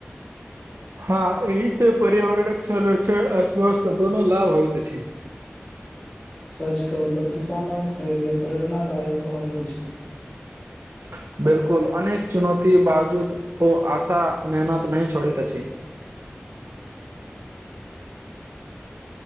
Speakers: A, on the right; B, on the left.
A: हँ एही से पर्यावरणक संरच्छन आ स्वसथ दोनो लाभ होइ त अछि <inaudible>
B: सच कहू तऽ किसानक धैर्य प्रेरणादायक होइत अछी
A: <inaudible> बिलकुल अनेक चुनौती बावजूद ओ आशा मेहनत नहि छोड़ैत अछि <inaudible>